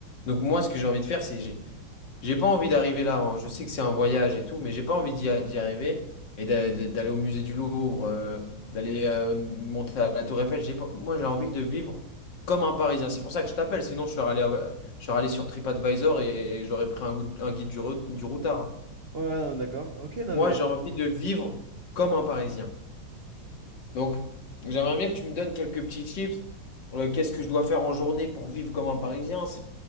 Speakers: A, on the left; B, on the right.
A: Donc, moi, ce que j'ai envie de faire, c'est j'ai J'ai pas envie d'arriver là. hein. Je sais que c'est un voyage et tout, mais j'ai pas envie d'y a- d'y arriver et d'a- d'a- d'aller au musée du Louvre, euh, d'aller euh, monter à la Tour Eiffel. J'ai pas- Moi, j'ai envie de vivre comme un Parisien. C'est pour ça que je t'appelle. Sinon, je serais allé, à- je serais allé sur TripAdvisor et, et j'aurais pris un, goût- un guide du, re- du routard. hein.
B: Ouais, non, d'accord. Ok, non,
A: Moi,
B: mais.
A: j'ai envie de vivre comme un Parisien. Donc, j'aimerais bien que tu me donnes quelques petits tips. Euh, qu'est-ce que je dois faire en journée pour vivre comme un Parisien? C'est,